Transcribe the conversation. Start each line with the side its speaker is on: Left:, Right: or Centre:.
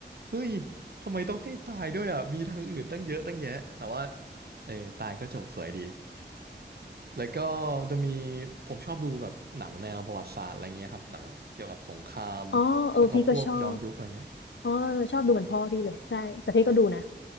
Right: เฮ้ยทำไมต้องให้ตายด้วยอ่ะมีทางอื่นตั้งเยอะตั้งแยะแต่ว่าเออตายก็จบสวยดีแล้วก็จะมีผมชอบดูแบบหนังแนวประวัติศาสตร์อะไรเงี้ยครับหนังเกี่ยวกับสงคราม
Left: อ๋อเออพี่ก็ชอบ
Right: แล้วก็พวกย้อนยุคอะไรเงี้ย
Left: อ๋อชอบดูเหมือนพ่อพี่เลยใช่แต่พี่ก็ดูนะ